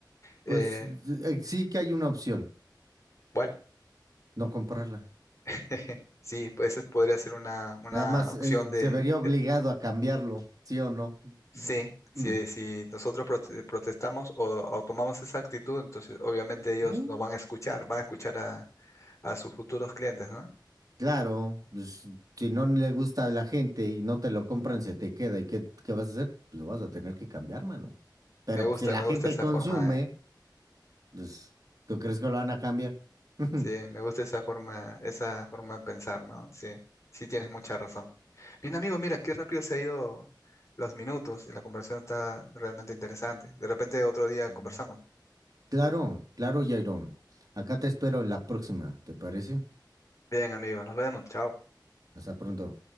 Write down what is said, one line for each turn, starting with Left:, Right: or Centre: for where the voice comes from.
Left: Eh,
Right: Pues eh, sí que hay una opción,
Left: bueno,
Right: no comprarla.
Left: <laughs> sí, pues eso podría ser una, una
Right: Nada más
Left: opción
Right: eh,
Left: de,
Right: se vería obligado
Left: de-
Right: a cambiarlo, ¿sí o no?
Left: sí, si,
Right: Mm.
Left: si nosotros prote- protestamos o, o tomamos esa actitud, entonces obviamente ellos
Right: Mm.
Left: nos van a escuchar, van a escuchar a, a sus futuros clientes, ¿no?
Right: Claro, pues, si no le gusta a la gente y no te lo compran, se te queda. ¿Y qué, qué vas a hacer? Pues, lo vas a tener que cambiar, mano. Pero
Left: Me gusta,
Right: pues, si la
Left: me
Right: gente
Left: gusta esa
Right: consume,
Left: forma
Right: pues, ¿tú crees que lo van a cambiar? <laughs>
Left: Sí, me gusta esa forma, esa forma de pensar, ¿no? Sí, sí tienes mucha razón. Bien, amigo, mira, qué rápido se ha ido los minutos y la conversación está realmente interesante. De repente otro día
Right: Mm.
Left: conversamos.
Right: Claro, claro, Jairo. Acá te espero en la próxima, ¿te parece?
Left: Bien, amigo, nos vemos. Chao.
Right: Hasta pronto.